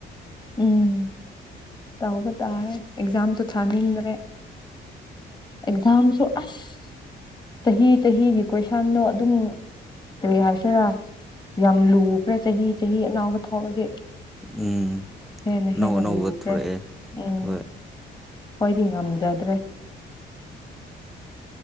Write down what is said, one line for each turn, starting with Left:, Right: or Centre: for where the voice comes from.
Left: ꯎꯝ ꯇꯧꯕ ꯇꯥꯔꯦ ꯑꯦꯛꯖꯥꯝꯁꯨꯣ ꯊꯥꯅꯤꯡꯗ꯭ꯔꯦ ꯑꯦꯛꯖꯥꯝꯁꯨ ꯑꯁ ꯆꯍꯤ ꯆꯍꯤꯒꯤ ꯀꯣꯏꯁꯟꯗꯣ ꯑꯗꯨꯝ ꯀꯔꯤ ꯍꯥꯏꯁꯤꯔꯥ ꯌꯥꯝ ꯂꯨꯕ꯭ꯔꯥ ꯆꯍꯤ ꯆꯍꯤ ꯑꯅꯥꯕ ꯊꯥꯎꯔꯗꯤ
Centre: ꯎꯝ
Left: ꯍꯦꯟꯅ
Centre: ꯑꯅꯧ
Left: ꯍꯦꯟꯅ
Centre: ꯑꯅꯧꯕ
Left: ꯂꯨꯈ꯭ꯔꯦ
Centre: ꯊꯣꯔꯛꯑꯦ
Left: ꯎꯝ
Centre: ꯍꯣꯏ
Left: ꯍꯣꯏꯗꯤ ꯉꯝꯖꯗ꯭ꯔꯦ